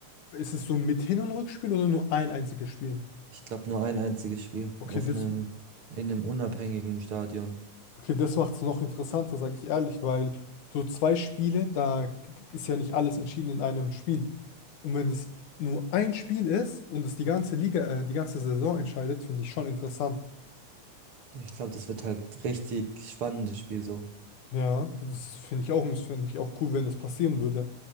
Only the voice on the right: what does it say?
ich glaube nur ein einziges Spiel
auf
einem in einem unabhängigen Stadion.
Ich glaube, das wird halt richtig spannendes Spiel so.